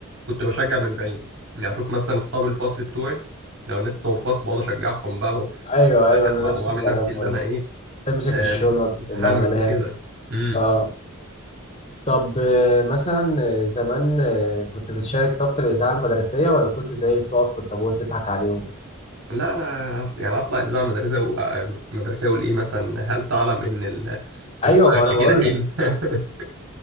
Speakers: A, on the right; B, on the left.
A: كنت بشجع من بعيد يعني أشوف مثلا أصحاب الفصل بتوعي لو الناس بتوع الفصل بقعد أشجعهم بقى و-
B: ايوه ايوه انا
A: وأعمل
B: نفس الكلام
A: نفسي اللي
B: برضه
A: أنا إيه
B: تمسك
A: آه،
B: الشنط
A: متحمس
B: الأمانات
A: وكده امم
B: اه طب آه، مثلا آه، زمان آه، كنت بتشارك طب في الإذاعة المدرسية ولا كنت زي بتقف في الطابور تضحك عليهم؟
A: لا انا أص- يعني اطلع الاذاعه المدرسيه و- آه، المدرسيه الايه مثلا هل تعلم ان ال-
B: ايوه
A: الطائر
B: ما انا
A: ليه
B: بقول
A: جناحين
B: لك
A: <laughs>